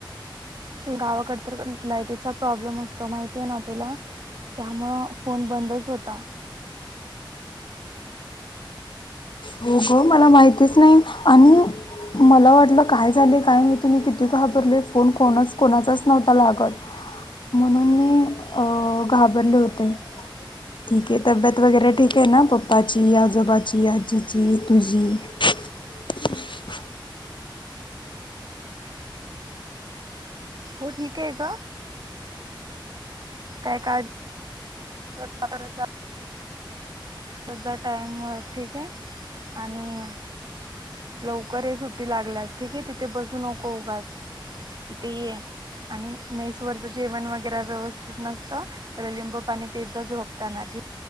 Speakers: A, on the right (about 55°); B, on the left (about 70°).
A: स गावाकड तर लाइटीचा प्रॉब्लेम असतो, माहिती आहे ना तुला. त्यामुळं फोन बंदच होता.
B: हो ग मला माहितीच नाही, आणिऽऽ मला वाटलं काय झालेय, काय मी किती घाबरले, फोन कोणाच कोणाचाच नव्हता लागत. म्हणून मी अ घाबरले होते. ठीक य, तब्येत वगैरे ठीक आहे ना पप्पाची, आजोबाची, आजी. जी, तुझी. <unintelligible>
A: हो, ठीक आहे गं. काय काळजी? <unintelligible> त्याझ टाईम ठीक आह, आणि लवकर ऐ सुट्टी लागल्यास ठीके, तिथे बसू नको उगाच. इथे ये, आणि मै, वरच जेवण वगैरे व्यवस्थित नसतं, तर लिंबू पाणी पेत जा झोपताना ठी